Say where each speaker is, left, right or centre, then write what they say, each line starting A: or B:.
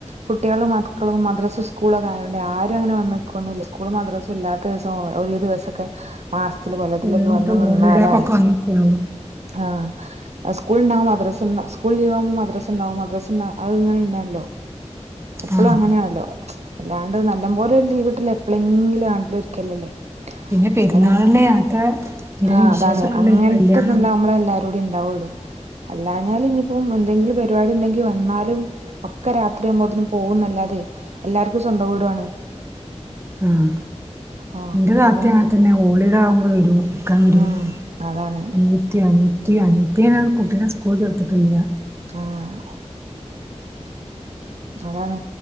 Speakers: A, on the right (about 70°); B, on the right (about 20°).
A: കുട്ട്യാളും മക്കളും മദ്രസും സ്കൂളൊക്കെ ആയോണ്ടെയ് ആരും അങ്ങനെ വന്ന് നിക്കൊന്നുംല്ലാ സ്കൂളും മദ്രാസും ഇല്ലാത്ത ദിവസ് തോ ഒര് ദിവസൊക്കെ മാസത്തില് കൊല്ലത്തിലൊക്കെ
B: സ്കൂള്ട്ട്
A: വന്ന്
B: ഹോളിഡേക്കൊക്കെ
A: നിന്നാലായി.
B: വന്ന്ക്കുള്ളൂ
A: ആഹ്. ആഹ് സ്കൂൾണ്ടവുമ്പം മദ്രസ്ണ്ടാവും സ്ക്കുള് ലീവാകുമ്പോ മദ്രസ്ണ്ടാവും മദ്രസ്ണ്ടാ അത്ങ്ങനെ ഇണ്ടല്ലോ എപ്പളും
B: ആഹ്
A: അങ്ങനേണല്ലോ എല്ലാണ്ട് നല്ല പോലെ ഒര് ലീവ് കിട്ടല് എപ്പളെങ്കിലും ആണ്ടിലൊര്ക്കലല്ലേ?
B: പിന്നെ പെരുന്നാളിന്
A: അങ്ങനെക്കെ
B: അത്ത എന്തേലും
A: ആഹ്
B: വിശേഷൊക്കെ
A: അതാണ്
B: ഉണ്ടേൽ
A: അങ്ങൻത്തെക്കെ
B: കല്യാണം
A: ഇണ്ടാവുമ്പളെ എല്ലാരൂടി ഇണ്ടാവൊള്ളു. അല്ലാഞ്ഞാല് ഇഞ്ഞിപ്പൊ എന്തെങ്കിലും പരിപാടിണ്ടെങ്കി വന്നാലും ഒക്കെ രാത്രിയാവുമ്പോത്തിന് പോവുംന്നല്ലാതെ എല്ലാർക്കും സ്വന്തം വീടുവാണ്.
B: ആഹ്
A: ആഹ്
B: ഇന്റെ
A: അപ്പൊ
B: താത്തിം
A: പിന്നെ
B: അങ്ങൻ തന്നെയാ ഹോളിഡേ ആവുമ്പം വെരും. ക്കാൻ വെരും
A: ഉം അതാണ്
B: അൻയത്തി അൻയത്തി അൻയത്തിയാ കുട്ടിനെ സ്കൂൾ ചേർത്തിട്ടില്ലാ.
A: ആഹ്. അതാണ്.